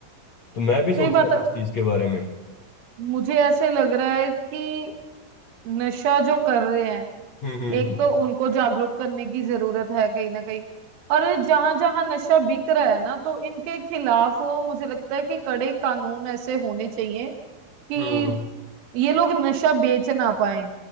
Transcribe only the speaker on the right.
सही
बात है
मुझे ऐसे लग रहा है कि नशा जो कर रहे हैं
एक तो उनको जागरूक करने की जरूरत है कहीं ना कहीं और जहां जहां नशा बिक रहा है ना तो इनके खिलाफ मुझे लगता है कि कड़े कानून ऐसे होने चाहिए कि
ये लोग नशा बेच ना पाए